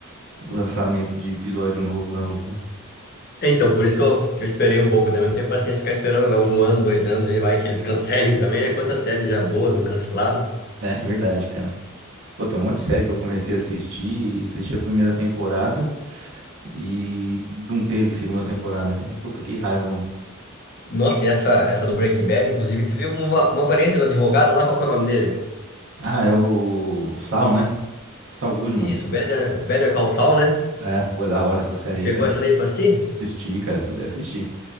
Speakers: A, on the right; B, on the left.
A: o lançamento de episódio novo, não. cara.
B: Então, por isso que eu, que eu esperei um pouco também. Não tenho paciência de ficar esperando, não. Um ano, dois anos e vai que eles cancelem também, né? Quantas séries já boas não cancelaram?
A: É verdade, cara. Pô, tem um monte de série que eu comecei a assistir, e assisti a primeira temporada e não teve segunda temporada, cara. Puta que raiva, mano.
B: Nossa, e essa, essa do Breaking Bad, inclusive, teve uma, uma variante do advogado lá, qual que é o nome dele?
A: Ah, é o Sal, né? Saul Goodman.
B: Isso, Better, Better Call Saul, né?
A: É, pô, é da hora essa série
B: Você pegou
A: aí, cara.
B: essa daí pra assistir?
A: Assisti, cara, essa daí eu assisti.